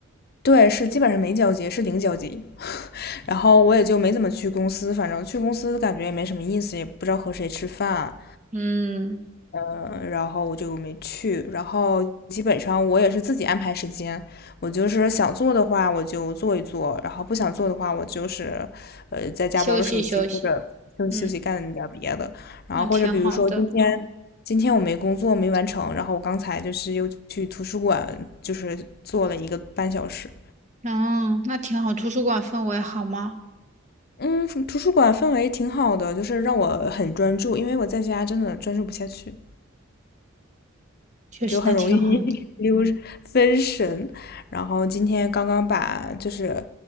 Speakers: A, on the left; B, on the right.
A: 对，是基本上没交集，是零交集。<laughs> 然后我也就没怎么去公司，反正去公司感觉也没什么意思，也不知道和谁吃饭。
B: 嗯，
A: 嗯，然后我就没去。然后基本上我也是自己安排时间，我就是想做的话我就做一做，然后不想做的话我就是呃在家玩玩手机或者休息休息干点儿别的。
B: 休息休息，嗯，
A: 然后或者比如说今天今天我没工作没完成，
B: 那挺好的。
A: 然后我刚才就是又去图书馆就是做了一个半小时。
B: 嗯，那挺好。图书馆氛围好吗？
A: 嗯，图书馆氛围挺好的，就是让我很专注，因为我在家真的专注不下去。
B: 确实，
A: 就很容易
B: 那挺好的。
A: <laughs> 溜分神。然后今天刚刚把就是，